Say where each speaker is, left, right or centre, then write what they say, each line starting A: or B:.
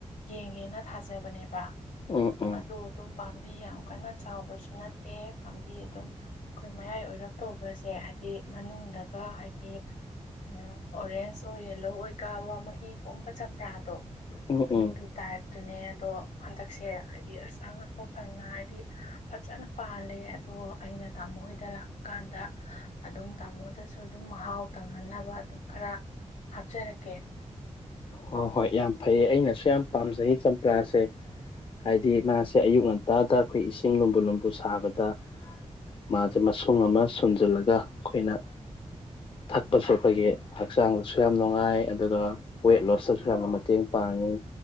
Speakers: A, on the left; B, on the left.
A: ꯌꯦꯡꯒꯦꯅ ꯊꯥꯖꯕꯅꯦꯕ
B: ꯎꯝ ꯎꯝ
A: ꯑꯗꯨ ꯑꯗꯨꯝ ꯄꯥꯝꯕꯤ ꯌꯥꯝ ꯀꯟꯅ ꯆꯥꯎꯕꯁꯨ ꯅꯠꯇꯦ ꯄꯥꯝꯕꯤ ꯑꯗꯨꯝ ꯑꯩꯈꯣꯏ ꯃꯌꯥꯏ ꯑꯣꯏꯔꯞ ꯇꯧꯕꯁꯦ ꯍꯥꯏꯗꯤ ꯃꯅꯨꯡꯗꯒ ꯍꯥꯏꯗꯤ ꯎꯝ ꯑꯣꯔꯦꯟꯖ ꯑꯣꯏ ꯌꯦꯂꯣ ꯑꯣꯏ ꯀꯥꯕ ꯃꯍꯤ ꯀꯣꯝꯕ ꯆꯝꯄ꯭ꯔꯥꯗꯣ
B: ꯎꯝ ꯎꯝ
A: ꯑꯗꯨꯒꯤ ꯇꯥꯏꯞꯇꯨꯅꯦ ꯑꯗꯣ ꯍꯟꯗꯛꯁꯦ ꯍꯥꯏꯗꯤ ꯑꯁ ꯑꯉꯛꯄ ꯐꯪꯅ ꯍꯥꯏꯗꯤ ꯐꯖꯅ ꯄꯥꯜꯂꯦ ꯑꯗꯣ ꯑꯩꯅ ꯇꯥꯃꯣ ꯍꯣꯏꯗ ꯂꯥꯛꯄ ꯀꯥꯟꯗ ꯑꯗꯨꯝ ꯇꯥꯃꯣꯗꯁꯨ ꯑꯗꯨꯝ ꯃꯍꯥꯎ ꯇꯪꯍꯟꯅꯕ ꯑꯗꯨꯝ ꯈꯔ ꯍꯥꯞꯆꯔꯛꯀꯦ
B: ꯍꯣ ꯍꯣꯏ ꯌꯥꯝ ꯐꯩꯌꯦ ꯑꯩꯅꯁꯨ ꯌꯥꯝ ꯄꯥꯝꯖꯩ ꯆꯝꯄꯔꯥꯁꯦ
A: ꯎꯝ
B: ꯍꯥꯏꯗꯤ ꯃꯥꯁꯦ ꯑꯌꯨꯛ ꯉꯟ ꯇꯥꯗ ꯑꯩꯈꯣꯏ ꯏꯁꯤꯡ ꯂꯨꯝꯕꯨ ꯂꯨꯝꯕꯨ ꯁꯥꯕꯗ ꯃꯥꯖꯦ ꯃꯁꯨꯡ ꯑꯃ ꯁꯨꯝꯖꯤꯜꯂꯒ ꯑꯩꯈꯣꯏꯅ ꯊꯛꯄꯁꯨ ꯑꯩꯈꯣꯏꯒꯤ ꯍꯛꯆꯥꯡꯗꯁꯨ ꯌꯥꯝ ꯅꯨꯡꯉꯥꯏ ꯑꯗꯨꯒ ꯋꯦꯠ ꯂꯣꯁꯠ ꯁꯨ ꯌꯥꯝꯅ ꯃꯇꯦꯡ ꯄꯥꯡꯉꯤ